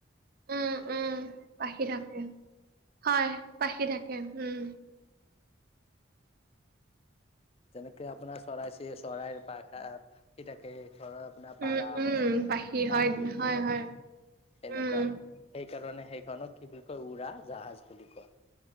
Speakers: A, on the right (about 50°); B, on the left (about 30°).
A: উম উম পাখি থাকে হয় পাখি থাকে উম
B: যেনেকে আপোনাৰ চৰাই চি চৰাইৰ পাখা পাখি থাকে ধৰক আপোনাৰ
A: উম
B: পাৰা
A: উম
B: হওক
A: পাখি
B: কাউৰী
A: হয় হয়
B: হওক
A: হয়
B: এনেকুৱা
A: উম
B: এ হেইকাৰণে সেইখনক কি বুলি কয় উৰা জাহাজ বুলি কয়